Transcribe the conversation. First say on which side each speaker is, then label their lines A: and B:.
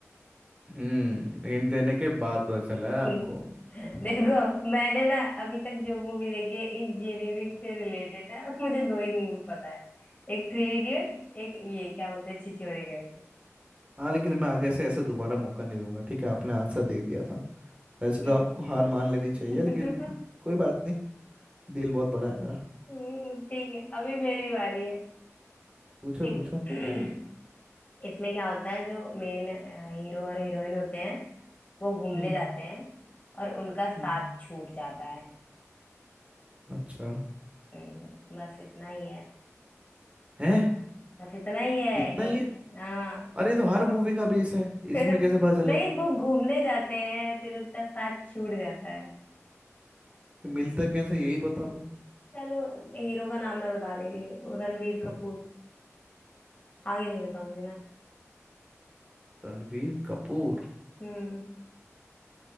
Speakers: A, on the right (about 25°); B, on the left (about 30°).
A: हम्म हिंट देने के बाद पता चला है
B: हम्म
A: आपको
B: देखो मैंने ना अभी तक जो मूवी देखी है इंजीनियरिंग से रिलेटेड ना मुझे दो ही मूवी पता है एक थ्री इडियट एक ये क्या बोलते हैं छिछोरे करके
A: हाँ लेकिन मैं आगे से ऐसा दोबारा मौका नहीं दूंगा ठीक है आपने आंसर दे दिया था वैसे
B: ठीक
A: तो आपको हार मान लेनी चाहिए
B: <laughs>
A: लेकिन कोई बात नहीं दिल बहुत बड़ा है मेरा
B: हम्म, ठीक है अभी मेरी बारी है
A: पूछो
B: ठीक
A: पूछो
B: है <clears throat> इसमें क्या होता है जो मेन हीरो और हीरोइन होते हैं वो घूमने
A: हम्म
B: जाते हैं और उनका साथ
A: हम्म
B: छूट जाता है
A: अच्छा
B: हम्म, बस इतना ही है
A: है
B: बस इतना ही है
A: इतना ही
B: एक-
A: है
B: हाँ
A: अरे ये तो हर मूवी का बेस है
B: <laughs>
A: इसमें कैसे पता चलेगा
B: नहीं वो घूमने जाते हैं फिर उनका साथ छूट जाता है
A: कि मिलता कैसे यही बता दो
B: चलो हीरो का नाम मैं बता दे रही हूँ रणवीर कपूर आगे नहीं बताऊंगी मैं
A: रणवीर कपूर
B: हम्म